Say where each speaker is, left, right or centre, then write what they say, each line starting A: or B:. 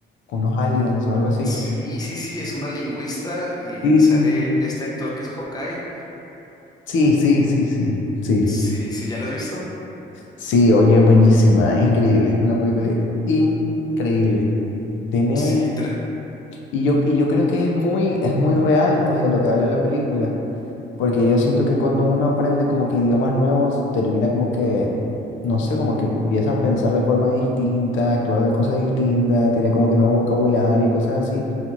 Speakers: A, on the left (about 75°); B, on the left (about 20°).
A: con unos aliens o algo así.
B: Sí, sí, sí, es una lingüista y
A: Sí,
B: sale
A: sí, sí.
B: este actor que es Hawkeye.
A: Sí, sí, sí, sí, sí.
B: Sí, sí, ¿ya la has visto?
A: Sí, oye, buenísima, increíble, es una película increíble. Tiene,
B: Sí, tre-
A: y yo, y yo creo que es muy, es muy real, pues, de lo que habla la película. Porque yo siento que cuando uno aprende como que idiomas nuevos, termina como que, no sé, como que empieza a pensar de forma distinta, actuar de cosas distintas, tiene como que nuevo vocabulario y cosas así.